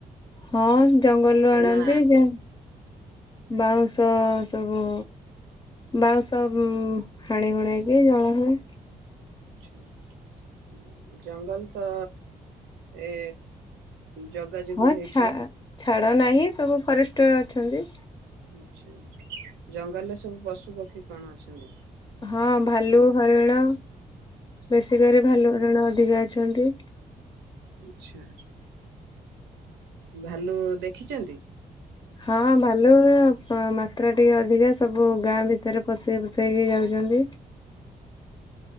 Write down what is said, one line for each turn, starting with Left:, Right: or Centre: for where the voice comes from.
Left: ହଁ ଜଙ୍ଗଲରୁୁ
Right: କିଣା?
Left: ଆଣନ୍ତି ଯ ବାଉଁଶ ସବୁ ବାଉଁଶ ହାଣି ହୁଣେଇକି ଜଳ ହୁଏ।
Right: ଆଛା ଜଙ୍ଗଲ ତ ଏ ଜଗା ଜଗି
Left: ହଁ
Right: ହେଇଥିବ
Left: ଛ ଛାଡ ନାହିଁ ସବୁ ଫରେଷ୍ଟ ଡକ୍ଟର ଅଛନ୍ତି।
Right: ଆ୍ଛା ଜଙ୍ଗଲରେ ସବୁ ପଶୁ ପକ୍ଷୀ କଣ ଅଛନ୍ତି।
Left: ହଁ ଭାଲୁ ହରିଣ ବେଶୀିକ ଭାଲୁ ହରିଣ ଅଧିକା ଅଛନ୍ତି।
Right: ଆଚ୍ଛା ଭାଲୁ ଦେଖିଛନ୍ତି।
Left: ହଁ ଭାଲୁ ମାତ୍ରା ଟିକେ ଅଧିକା ସବୁ ଗାଁ ଭିତରେ ପଷେଇ ପଷେଇକି ଯାଉଛନ୍ତି।